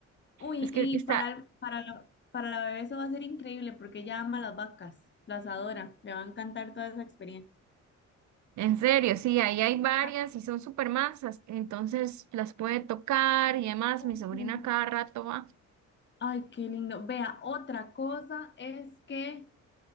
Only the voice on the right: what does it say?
Es que
está,
<laughs> en serio, sí, ahí hay varias
y son súper masas, entonces las puede tocar y además
mi sobrina cada rato va.